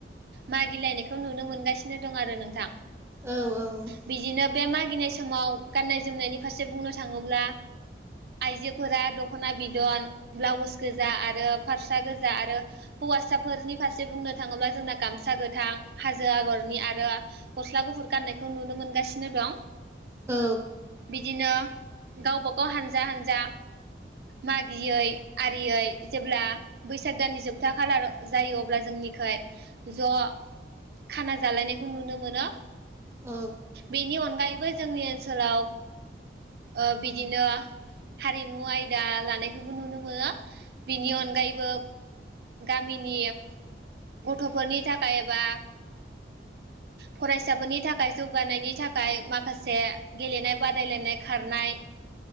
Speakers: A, on the right; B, on the right.
A: मागिलायनायखौ नुनो मोनगासिनो दं आरो नोंथां।
B: औ
A: बिदिनो बे मागिनाय समाव गान्नाय जोमनायनि फारसे बुंनो थाङोब्ला आइजोफोरा दख'ना बिदन ब्लाउस गोजा आरो फारसा गोजा आरो हौवा साफोरनि फारसे बुंनो थाङोब्ला जोंना गामसा गोथां हाजो आगरनि आरो गस्ला गुफुर फाननायखौ नुनो मोनगासिनो दं
B: औ
A: बिदिनो गावबागाव हानजा हानजा मागियै आरियै जेब्ला बैसाग दाननि जोबथा खालार जायो अब्ला जोंनिख ज' खाना जालायनायखौ नुनो मोनो
B: औ
A: बेनि अनगायैबो जोंनि ओनसोलाव बिदिनो हारिमु आयदा लानायखौबो नुनो मोनो बिनि अनगायैबो गामिनि गथ'फोरनि थाखायबा फरायसाफोरनि थाखाय जौगानायनि थाखाय माखासे गेलेनाय बादायलायनाय खारनाय